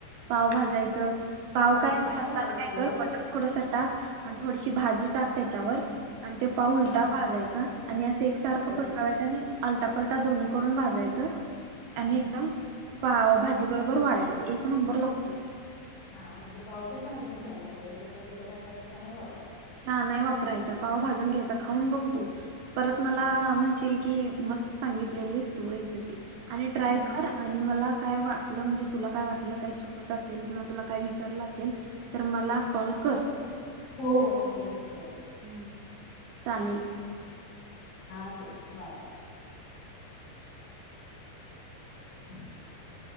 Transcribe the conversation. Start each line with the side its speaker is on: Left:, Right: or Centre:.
Right: पाव भाजायचं पाव काय
Left: भाजून
Right: भाजताना
Left: घ्यायला लागते
Right: काय कर
Left: होय
Right: बटर थोडस टाक आणि थोडीशी भाजी टाक त्याच्यावर आणि ते पाव उलटा
Left: हा हा
Right: भाजायचा
Left: हा
Right: आणि असं एकसारखं
Left: बर
Right: पसरवायचं आणि अलटा पलटा दोन्ही कडून भाजायचं आणि
Left: हा
Right: एकदम
Left: हा हा
Right: पाव भाजी बरोबर वाढायचं एक नंबर लागतोय.
Left: हा म्हणजे पाऊ पण भाजून घ्यायला लागतोय जसा विकत आणलाय तसा नाही वापरायच.
Right: ना नाही वापरायचा पाव भाजून घ्यायचा खाऊन बघतू परत मला
Left: हो
Right: म्हणशील की मस्त सांगितलेलीस तू रेसिपी आणि ट्राय
Left: नक्की
Right: कर आणि मला काय वाटलं म्हणजे तुला काय वाटलं, चुकत असेल, किंवा तुला काय विसरलं असेल मला कॉल <inaudible>
Left: हो हो नक्की नक्की कर
Right: हम्म चालेल.
Left: हा ठीक बाय- बाय! <inaudible>